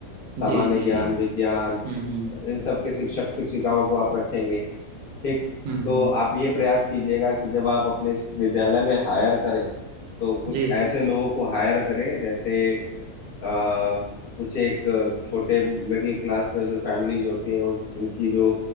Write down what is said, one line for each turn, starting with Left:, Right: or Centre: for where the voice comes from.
Right: जी
Left: सामान्य
Right: जी
Left: ज्ञान
Right: जी
Left: विज्ञान
Right: हम्म हम्म
Left: इन सब के शिक्षक शिक्षिकाओं को आप रखेंगे ठीक
Right: हम्म
Left: तो
Right: हम्म
Left: आप ये प्रयास कीजिएगा कि जब आप अपने विद्यालय में हायर करें तो कुछ
Right: जी
Left: ऐसे लोगों को हायर करें जैसे आ, कुछ एक छोटे मिडिल क्लास में जो फैमिलीज होती हैं उस- उनकी जो